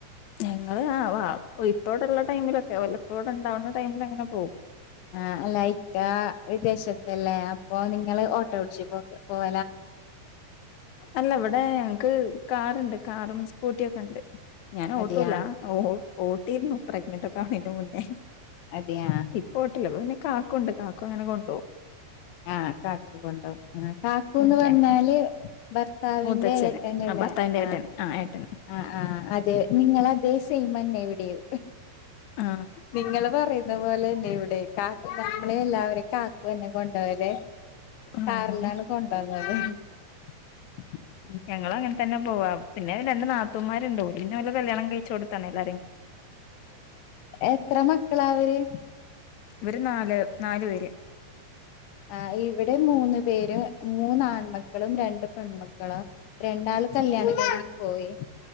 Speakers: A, on the left; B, on the left.
A: ഞങ്ങള് ആ വ ഇപ്പോടെള്ള ടൈമിലൊക്കെ വല്ലപ്പോടെ ഉണ്ടാവുന്ന ടൈമിൽ അങ്ങനെ പോകും
B: ആ അല്ല ഇക്ക വിദേശത്തല്ലേ അപ്പൊ നിങ്ങള് ഓട്ടോ ടിച്ചു പോ-
A: അല്ലവിടെ ക്ക്കാറുണ്ട് കാറും സ്കൂട്ടിയ ഒക്കെ ഉണ്ട് ഞാന
B: അതെയാ
A: ഓട്ടൂല്ല ഓട്ടിരുന്നു പ്രഗ്നന്റ് ഒക്കെ ആന് മുന്നേ
B: അതെയാ
A: ഇപ്പോട്ടില്ല പിന്നെ കാക്കണ്ട് കാക്കും അങ്ങനെ കൊണ്ടുപോ
B: ആഹ് കാക്കണ്ടാവ ആ കാക്കുന്ന്
A: ഉം
B: പറഞ്ഞാല്
A: ഞാൻ
B: ഭർത്താവിന്റെ
A: മൂത്തച്ഛന്
B: ഏട്ടന്നല്ല
A: ആ ഭർത്താവിന്റെ
B: ആ
A: ഏട്ടന് ഏട്ടന്
B: ആ ആ അതെ നിങ്ങത സൽമൻ എവിടെയോ
A: ആ
B: നിങ്ങള് പറയുന്ന പോലെ എവിടെ കാക്കു നമ്മളെ എല്ലാവരും കാക്കുന്നെ ോല്ലേ
A: ആഹ്
B: കാറിലാണ് കൊണ്ടപ ത <unintelligible>
A: ഞങ്ങ അങ്ങനെ തന്നെ പോവാ പിന്നെ രണ്ട് നാത്തൂന്മാ ഉണ്ടന്നല്ല കല്ണം കഴിച്ച കൊടു തണല്ല
B: എത്ര മക്കള അവര്
A: ഇവര് നാല് നാാലു പേര്
B: ആ ഇവിടെ മൂന്ന് പേര് മൂന്നാ പെ മക്കളും രണ്ട് പെൺമുക്കും മള രണ്ടാള് കല്യാണ ക പോയി